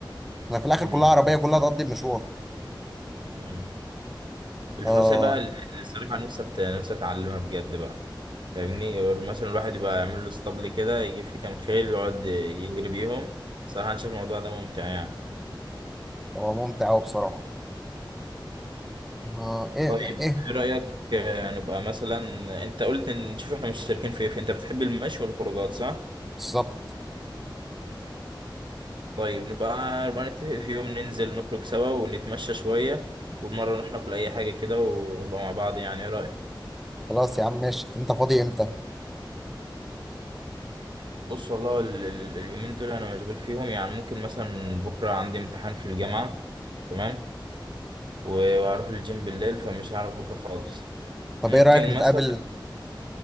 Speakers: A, in the centre; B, on the right.
A: انا في الاخر
B: مم.
A: كلها عربيه كلها تقضي المشوار
B: مم. الفروسية
A: اه
B: بقى اللي الصراحة نفسي أت- نفسي اتعلمها بجد بقى فاهمني أو مثلا الواحد يبقى يعمل له اسطبل كده يجيب فيه كام خيل يقعد يجري بيهم صراحة أنا شايف الموضوع ده ممتع يعني
A: هو ممتع قوي بصراحه اه ايه
B: طيب
A: ما- ايه
B: ايه رأيك آه، نبقى مثلا انت قلت ان نشوف احنا مشتركين في ايه في- انت بتحب المشي والخروجات صح؟
A: بالظبط
B: طيب نبقى نبقى نتفق في يوم ننزل نخرج سوا ونتمشى شوية ومرة نروح ناكل اي حاجة كده ونبقى مع بعض يعني ايه رأيك؟
A: خلاص يا عم ماشي انت فاضي امتى
B: بص والله ال- ال- اليومين دول انا مشغول فيهم يعني ممكن مثلا بكرة عندي امتحان في الجامعة تمام و- وهروح الجيم بالليل فمش هعرف بكرة خالص
A: طب
B: ممكن
A: ايه رايك نتقابل
B: مثلا